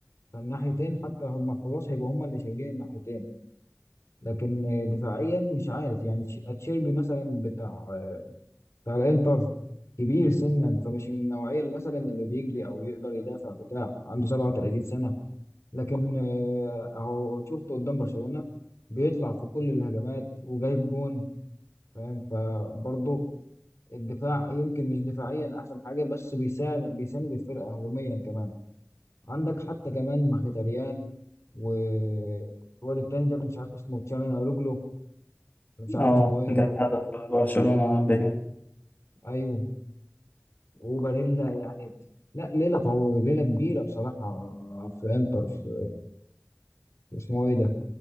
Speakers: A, on the left; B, on the left.
A: فالناحيتين حتى هما خلاص هيبقوا هما اللي شايلين الناحيتين لكن دفاعيا مش عارف يعني تش- اتشيربي مثلا بتاع بتاع الانتر كبير سنا فمش من النوعيه اللي مثلا اللي بيجري او يقدر يدافع بتاع عنده 37 سنه لكن آه، اهو شفته قدام برشلونه بيطلع في كل الهجمات وجايب جون فاهم فبرضه الدفاع يمكن مش دفاعيا احسن حاجه بس بيساعد بيساند الفرقه هجوميا كمان عندك حتى كمان مخيتاريان والواد التاني ده اللي مش عارف اسمه تشالهانوغلو ولا مش عارف
B: اه
A: اسمه ايه
B: جاب هدف برشلونة بين
A: ايوه وباريلا يعني لا ليله طو... ليله كبيره بصراحه في انتر في اسمه ايه ده